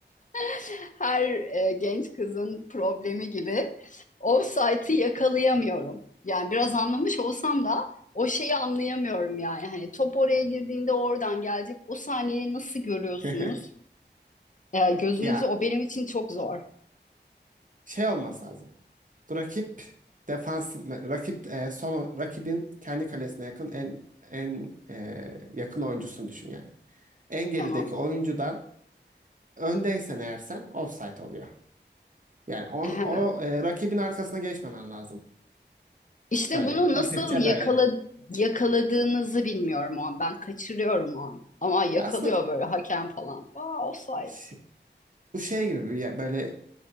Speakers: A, on the left; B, on the right.
A: <laughs> her e, genç kızın problemi gibi offside'ı yakalayamıyorum. Yani biraz anlamış olsam da o şeyi anlayamıyorum yani. Hani top oraya girdiğinde oradan gelecek. O saniyeyi nasıl görüyorsunuz?
B: <laughs>
A: E, gözünüzü
B: Ya
A: o benim için çok zor.
B: şey olması lazım. Rakip defans rakip e, son rakibin kendi kalesine yakın en en e, yakın oyuncusunu düşün yani. En gerideki
A: Tamam.
B: oyuncudan öndeysen eğer sen offside oluyor. Yani on,
A: Ahem.
B: o e, rakibin arkasına geçmemen lazım.
A: İşte
B: Böyle
A: bunu nasıl
B: basitçe
A: yakala,
B: böyle.
A: yakaladığınızı bilmiyorum o an. Ben kaçırıyorum o an. Ama yakalıyor
B: Ya aslında
A: böyle hakem falan. Aa offside.
B: ş- bu şey gibi bir ya- böyle